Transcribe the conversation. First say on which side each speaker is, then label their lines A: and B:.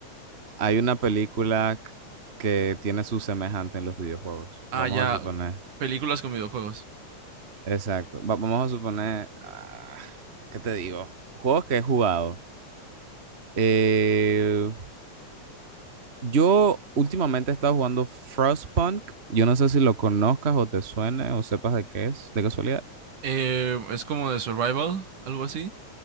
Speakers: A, on the right (about 25°); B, on the right (about 85°).
A: hay una película c- que tiene su semejante en los videojuegos.
B: Ah,
A: Vamos
B: ya,
A: a suponer,
B: películas con videojuegos.
A: exacto. va- vamos a suponer, ah, ¿qué te digo? Juegos que he jugado. Eh, yo últimamente he estado jugando Frostpunk. Yo no sé si lo conozcas o te suene o sepas de qué es, de casualidad.
B: Eh, es como de survival, algo así.